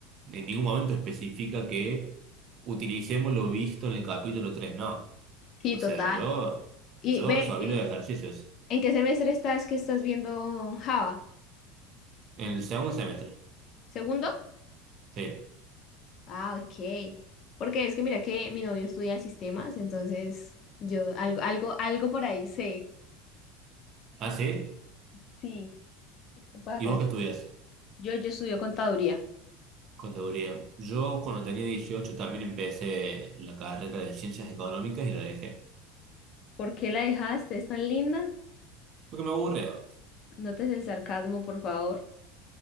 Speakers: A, on the right (about 40°); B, on the left (about 40°).
A: En ningún momento especifica que utilicemos lo visto en el capítulo tres no.
B: Sí,
A: O
B: total.
A: sea, yo,
B: Y
A: yo
B: ve,
A: resolví
B: ¿qué-
A: los ejercicios
B: ¿en qué semestre estás que estás viendo Java?
A: en el segundo semestre.
B: ¿Segundo?
A: Sí.
B: Ah, ok. Porque es que mira que mi novio estudia sistemas, entonces yo algo, algo, algo por ahí sé.
A: Ah, sí.
B: Sí, pues acá.
A: ¿Y vos qué estudias?
B: Yo, yo estudio contaduría.
A: Contaduría. Yo cuando tenía 18 también empecé la carrera de ciencias económicas y la dejé.
B: ¿Por qué la dejaste? ¿Es tan linda?
A: Porque me aburrió.
B: Notes el sarcasmo, por favor.